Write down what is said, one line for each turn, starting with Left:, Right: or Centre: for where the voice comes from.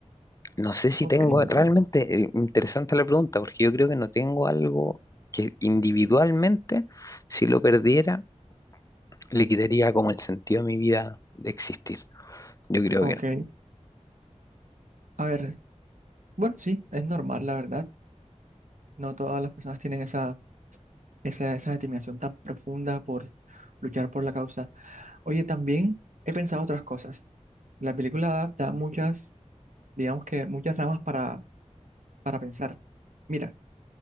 Left: No sé si
Right: ok,
Left: tengo, realmente
Right: ok,
Left: eh, interesante la pregunta, porque yo creo que no tengo algo que individualmente, si lo perdiera, le quitaría como el sentido a mi vida de existir. Yo creo
Right: ok.
Left: que no.
Right: A ver, bueno, sí, es normal, la verdad. No todas las personas tienen esa, esa, esa determinación tan profunda por luchar por la causa. Oye, también he pensado otras cosas. La película da, da muchas, digamos que muchas ramas para, para pensar. Mira.